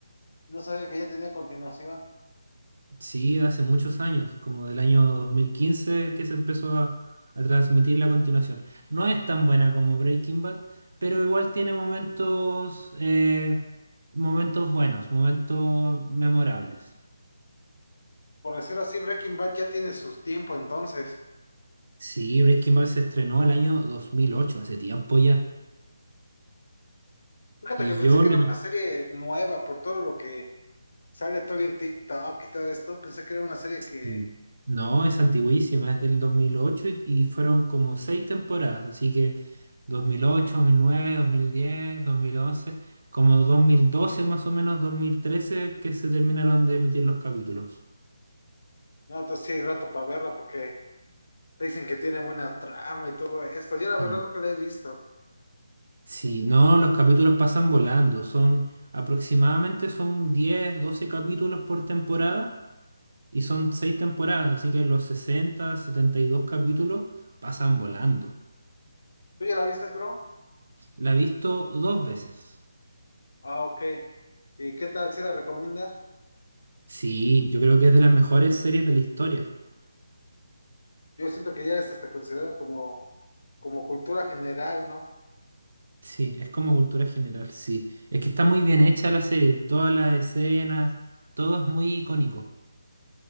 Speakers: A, on the left (about 65°); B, on the right (about 65°).
A: no sabía que ya tenía continuación.
B: Sí, de hace muchos años, como del año 2015 que se empezó a, a transmitir la continuación. No es tan buena como Breaking Bad, pero igual tiene momentos, eh, momentos buenos, momentos memorables.
A: Por decirlo así, Breaking Bad ya tiene su tiempo entonces.
B: Sí, Breaking Bad se estrenó el año 2008 hace tiempo ya.
A: Fíjate
B: Y
A: que pensé
B: yo
A: que
B: la
A: era una serie nueva por todo lo que sale todo en TikTok y todo esto. Pensé que era una serie
B: Sí.
A: que,
B: No, es antiguísima, es del 2008 y, y fueron como seis temporadas, así que dos dos dos mil mil mil ocho, nueve, diez, dos mil once, como 2012 más o menos, 2013 que se terminaron de emitir los capítulos.
A: no, entonces sí hay rato para verla porque Dicen que tiene buena trama y todo esto. Yo la
B: Sí.
A: verdad nunca la he visto.
B: Sí, no, los capítulos pasan volando, son aproximadamente son 10, 12 capítulos por temporada y son seis temporadas, así que los sesenta, setenta y dos capítulos pasan volando.
A: ¿Tú ya la viste, bro?
B: La he visto dos veces.
A: Ah, ok. ¿Y qué tal si la recomiendas?
B: Sí, yo creo que es de las mejores series de la historia.
A: Yo siento que ya es hasta considerado como, como cultura general, ¿no?
B: Sí, es como cultura general, sí. Es que está muy bien hecha la serie, todas las escenas, todo es muy icónico.